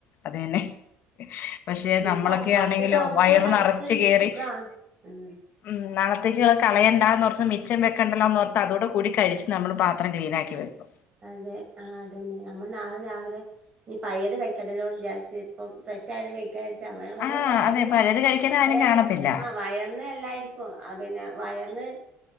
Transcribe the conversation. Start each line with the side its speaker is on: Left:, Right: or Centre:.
Left: അത് തന്നെ പക്ഷെ
Right: പിന്നെ
Left: നമ്മളൊക്കെയാണെങ്കിലോ
Right: ചപ്പാത്തിയൊക്കെ ആവുമ്പോ
Left: വയറ്
Right: തടിക്കൊരു
Left: നറച്ച് കേറി
Right: സുഖാണ് ഉം
Left: ഉം നാളത്തേക്ക്‌ള്ളത് കളയണ്ടാന്നോർത്ത് മിച്ചം വെക്കണ്ടല്ലോന്നോർ ത്ത് അതോട് കൂടി കഴിച്ച് നമ്മള് പാത്രം ക്ലീനാക്കി വെക്കും
Right: അതെ ആഹ് അതെന്നെ നമ്മള് നാളെ രാവിലെ ഇനി പയേത് കയിക്കണ്ടല്ലോന്ന് വിചാരിച്ച് ഇപ്പം ഫ്രഷായത് കഴി ക്കാ ച്ചാ അപ്പമ്മക്
Left: ആഹ്
Right: വയർന്
Left: അതെ പഴയത് കഴിക്കാൻ ആരും
Right: ചെലേപ്പൊ
Left: കാണത്തില്ല
Right: ആഹ് വയർന് അല്ലാ പ്പൊ ആഹ് പിന്നെ വയർന്